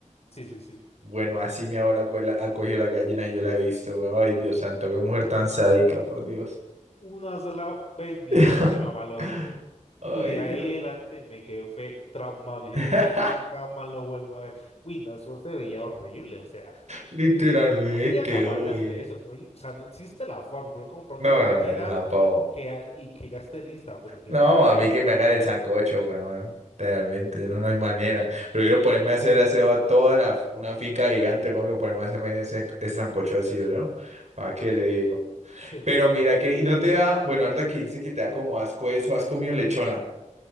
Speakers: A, on the left; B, on the right.
A: Sí, sí, sí.
B: Bueno, así mi abuela co- la- ha cogido las gallinas y yo la he visto. weón. Ay, Dios santo, qué mujer tan sádica, por Dios.
A: Una sola vez vi
B: <laughs>
A: eso que mi mamá lo hizo.
B: Ay,
A: Y de ahí
B: Dios.
A: adelante me quedé, fue traumado. Y
B: <laughs>
A: eso nunca más lo vuelvo a ver. Uy, no, eso se veía horrible. O sea.
B: Literalmente,
A: Yo no sería capaz
B: uy.
A: de hacer eso, no hay- o sea, no existe la forma, pero comprar una
B: No,
A: gallina
B: no, no, no, pavo.
A: que, ha- y que ya esté lista, pero que
B: No,
A: yo le haga
B: a mí
A: eso,
B: que me
A: jamás.
B: hagan el sancocho, weón. Realmente, no, no hay manera. Prefiero ponerme a hacer aseo a toda la, una finca gigante, weón, que ponerme a hacerme ese, ese sancocho así, ¿no? ¿Para qué le digo?
A: Qué onda.
B: Pero mira que, y no te da, bueno, ahorita que dice que te da como asco eso, ¿has comido lechona?